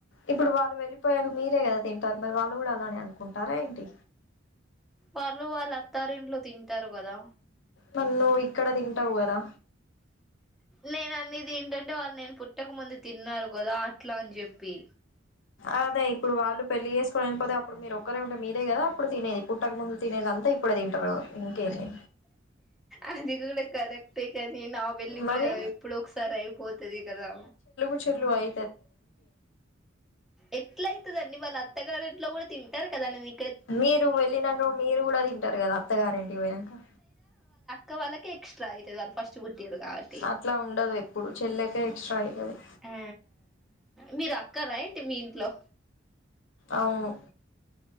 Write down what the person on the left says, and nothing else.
ఇప్పుడు వాళ్ళు వెళ్ళిపోయాక మీరే గదా తింటారు మరి వాళ్ళు కూడా అలానే అనుకుంటారా ఏంటి
మరి నువ్వు ఇక్కడ తింటావు కదా
అదే ఇప్పుడు వాళ్ళు పెళ్లి చేసుకోని వెళ్ళిపోతే అప్పుడు మీరొక్కరే ఉంటే మీరే కదాప్పుడు తినేది పుట్టక ముందు తినేది అంతా ఇప్ ఇప్పుడదింటరు ఇంకేమి
మరి
చెల్లుఐ
మీరు వెళ్ళినక మీరు కూడా తింటారు కదా అత్తగారింటికి పోయినాంక
అట్లా ఉండదు ఎప్పుడు చెల్లెకే ఎక్స్ట్రా అయితది
అవును